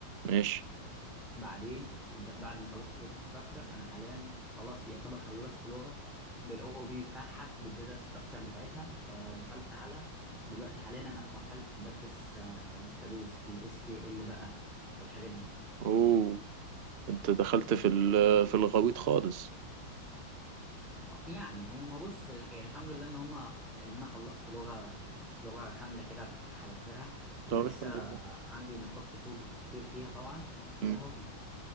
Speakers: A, on the right (about 70°); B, in the centre.
A: ماشي
B: بعدين في الد... بعد ما خلصت الداتا ستراكشر انا حاليا خلاص يعتبر خلصت لغه بالاو او بي بتاعها بالداتا ستراكشر بتاعتها فدخلت على دلوقتي حاليا انا في مرحله بدرس الداتابيز الاس كيو ال بقى والحاجات دي
A: اوه انت دخلت في ال- في الغويط خالص
B: آه، يعني هما بص الح- يعني الحمد لله ان هما خ... ان انا خلصت لغه يعني لغه كامله كده بحذافيرها انا
A: طب
B: لسه
A: الحمد لله
B: عندي نقاط قصور كتير فيها طبعا بس
A: امم
B: اهو بنحاول